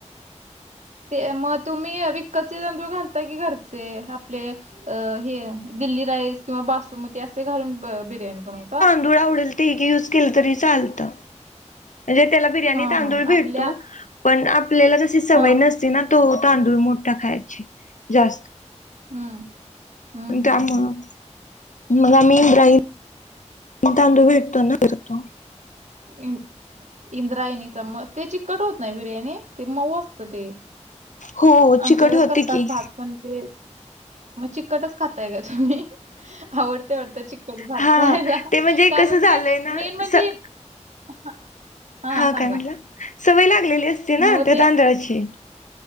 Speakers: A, on the right; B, on the left.
A: ते मग तुम्ही विकतचे तांदूळ घालता की घरचे आपले. अ हे दिल्ली राईस किंवा बासमती असे घालून बिर्याणी बनवता.
B: तुला आवडेल ते युज केलं तरी चालतं. म्हणजे त्याला बिर्याणी
A: हां,
B: तांदूळ
A: हां.
B: भेटतो
A: आपल्या
B: पण आपल्याला जशी सवय
A: हां.
B: नसते ना. तो तांदूळ मोठ्ठा खायची जास्त.
A: हम्म, हम्म, हम्म,
B: त्यामुळं
A: हम्म.
B: मग आम्ही इंद्रायणी, तांदूळ भेटतो ना.
A: <unintelligible> इंद्रायणीच मग, ते चिकट होत नाही बिर्याणी, ते मऊ असत ते.
B: हो
A: आमच्याकडे
B: चिकट होती
A: करतात
B: की.
A: भात पण ते, मग चिकटच खाताय का? तुम्ही. आवडतंय वाटतं चिकट भात
B: हा
A: खायला
B: ते म्हणजे
A: कारण
B: कसं झालंय
A: ते
B: ना
A: मेन म्हणजे. <unintelligible>
B: हा,
A: सांगा
B: काय म्हणलं? सवय लागलेली असते ना
A: नव्ह
B: त्या
A: ते
B: तांदळाची.